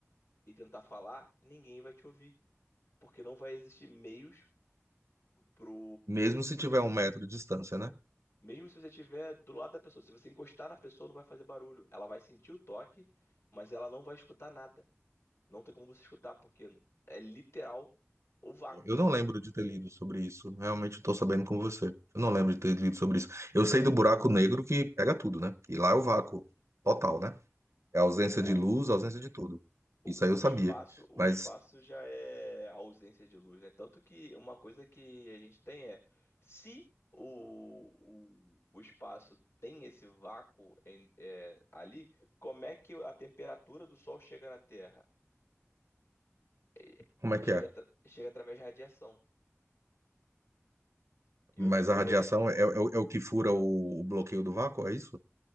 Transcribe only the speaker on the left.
e tentar falar, ninguém vai te ouvir, porque não vai existir meios pro
Mesmo se você estiver do lado da pessoa, se você encostar na pessoa, não vai fazer barulho. Ela vai sentir o toque, mas ela não vai escutar nada. Não tem como você escutar, porque é literal o vácuo.
É,
o,
o
espaço, o
espaço já é a ausência de luz, né? Tanto que uma coisa que a gente tem é se o, o, o espaço tem esse vácuo em- é, ali, como é que a temperatura do Sol chega na Terra? É,
Chega,
atra- chega através de radiação. E
outra coisa
é